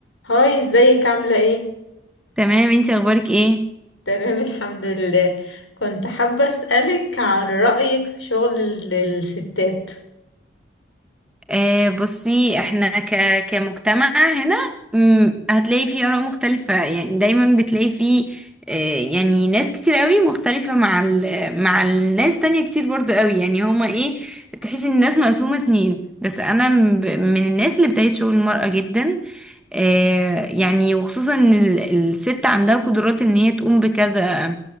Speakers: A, on the left; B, in the centre.
A: هاي ازيك عاملة ايه؟
B: تمام انتي اخبارك ايه
A: تمام الحمد لله كنت حابة اسألك عن رأيك في شغل ال- الستات
B: آه، بصي احنا ك... كمجتمع هنا مم، هتلاقي فيه آراء مختلفة يعني دايما بتلاقي فيه آه، يعني ناس كتير قوي مختلفة مع ال... مع الناس تانية كتير برضو قوي يعني هما ايه تحس ان الناس مقسومة اتنين بس انا م- من الناس اللي بتعيش شغل المرأة جدا آه، يعني وخصوصا ان ال- الست عندها قدرات ان هي تقوم بكذا